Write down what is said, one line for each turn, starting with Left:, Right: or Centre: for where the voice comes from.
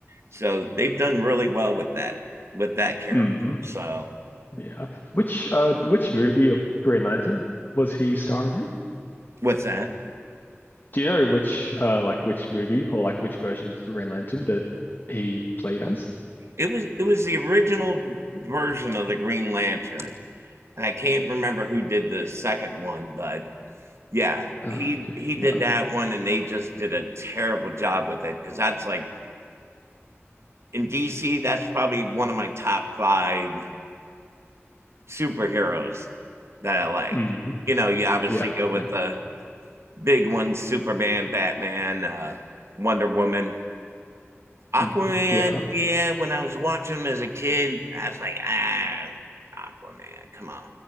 Right: so they've done really well with that with that character.
Left: <laughs> Mhm.
Right: So,
Left: Yeah. Which uh which movie of Green Lantern was he starring in?
Right: what's that?
Left: Do you know Yeah. which uh like which movie or like which version of the Green Lantern that he played as?
Right: It was it was the original version of the Green Lantern, and I can't remember who did the second one, but yeah,
Left: Uh,
Right: he
Left: okay.
Right: he did
Left: Yeah.
Right: that one, and they just did a terrible job with it because that's like in DC, that's probably one of my top five superheroes that I like.
Left: Mm.
Right: You know, you obviously
Left: Yeah.
Right: go with
Left: Yeah.
Right: the big ones Superman, Batman, uh, Wonder Woman. Aquaman,
Left: Mm. Yeah.
Right: yeah, when I was watching him as a kid, I was like, ah, Aquaman, come on.